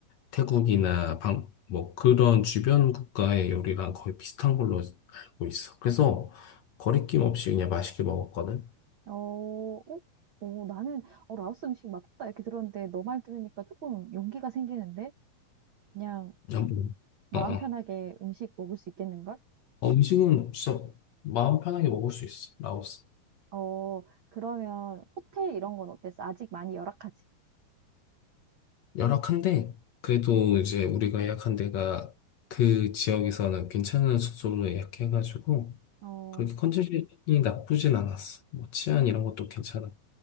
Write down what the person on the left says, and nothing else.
태국이나 방, 뭐 그런 주변 국가의 요리랑 거의 비슷한 걸로 알고 있어. 그래서 거리낌 없이 그냥 맛있게 먹었거든.
음.
어, 어.
어, 음식은 진짜 마음 편하게 먹을 수 있어. 라오스.
열악한데 그래도
이제 우리가 예약한 데가 그 지역에서는 괜찮은 숙소로 예약해가지고
그렇게 컨디션이 나쁘진 않았어. 뭐 치안
이런 것도 괜찮아.